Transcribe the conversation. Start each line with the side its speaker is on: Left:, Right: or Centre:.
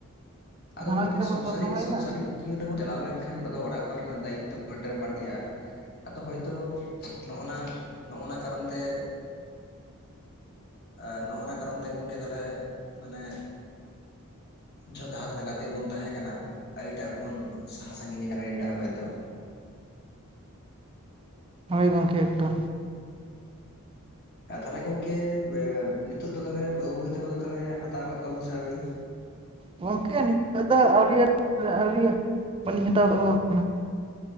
Left: ᱟᱫᱚ
Right: ᱜᱷᱟᱨᱚᱸᱡᱽ
Left: ᱜᱚᱝᱠᱮ
Right: ᱨᱮᱵᱚ
Left: ᱥᱚᱝᱥᱟᱨᱤ
Right: ᱛᱚᱞ ᱫᱚᱦᱚᱭᱮᱱᱟ
Left: ᱥᱚᱝᱥᱟᱨᱤ ᱡᱤᱭᱚᱱ ᱨᱮᱵᱚᱱ ᱪᱟᱞᱟᱣ ᱞᱮᱱᱠᱷᱟᱱ ᱟᱫᱚ ᱚᱲᱟᱜ ᱠᱚᱨᱮᱱᱟᱜ ᱫᱟᱭᱤᱛᱛᱚ ᱢᱤᱫᱴᱮᱱ ᱵᱟᱹᱲᱛᱤᱜᱼᱟ᱾ ᱟᱫᱚ ᱦᱚᱭᱛᱚ ᱱᱚᱜᱼᱱᱟ ᱱᱚᱜᱼᱱᱟ ᱠᱟᱨᱚᱱ ᱛᱮ, ᱟᱨ ᱱᱚᱜᱼ ᱱᱟ ᱠᱟᱨᱚᱱ ᱛᱮᱜᱮ ᱜᱚᱢᱠᱮ ᱛᱟᱦᱞᱮ ᱢᱟᱱᱮ ᱡᱚᱛᱚ ᱡᱟᱦᱟᱸ ᱛᱤᱱᱟᱜᱹ ᱜᱟᱛᱮ ᱵᱚᱱ ᱛᱟᱦᱮᱸ ᱠᱟᱱᱟ᱾ ᱟᱹᱰᱤᱴᱟᱜ ᱵᱚᱱ ᱥᱟᱦᱟ ᱥᱟᱺᱜᱤᱧ ᱟᱠᱟᱱᱟ ᱟᱹᱰᱤᱴᱟᱜ ᱦᱚᱭᱛᱳ᱾
Right: ᱦᱳᱭ ᱜᱚᱢᱠᱮ ᱮᱠᱫᱚᱢ᱾
Left: ᱟᱨ ᱛᱟᱦᱞᱮ ᱜᱚᱝᱠᱮ ᱱᱤᱛᱚᱜ ᱫᱚ ᱛᱟᱦᱞᱮ ᱵᱟᱹᱦᱩ ᱢᱟᱹᱭ ᱛᱟᱠᱚ ᱫᱚ ᱛᱟᱦᱞᱮ ᱦᱟᱛᱟᱣᱟᱜ ᱠᱚᱣᱟᱵᱤᱱ ᱥᱮ ᱟᱣᱨᱤ?
Right: ᱜᱚᱝᱠᱮ ᱱᱤᱛᱚᱜ ᱫᱚ ᱟᱹᱣᱨᱤ ᱟᱹᱣᱨᱤ ᱵᱟᱹᱞᱤᱧ ᱦᱟᱛᱟᱣ ᱟᱠᱟ ᱠᱟᱱᱟ